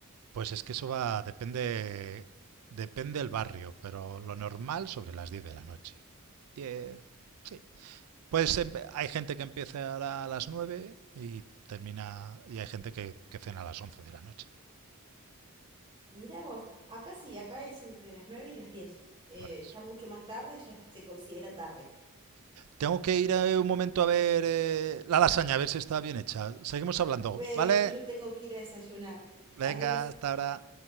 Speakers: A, on the right; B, on the right.
A: Pues es que eso va, depende, depende el barrio, pero lo normal sobre las 10 de la noche. diez sí. Pues em- hay gente que empieza a las 9 y termina, y hay gente que, que cena a las 11 de la noche,
B: Mirá vos, acá sí, acá es entre las 9 y las diez Eh,
A: por eso.
B: ya mucho más tarde, ya se considera tarde.
A: Tengo que ir eh, un momento a ver eh, la lasaña, a ver si está bien hecha. Seguimos hablando,
B: Ve,
A: ¿vale?
B: ve que yo tengo que ir a desayunar.
A: Venga,
B: Adiós.
A: hasta ahora.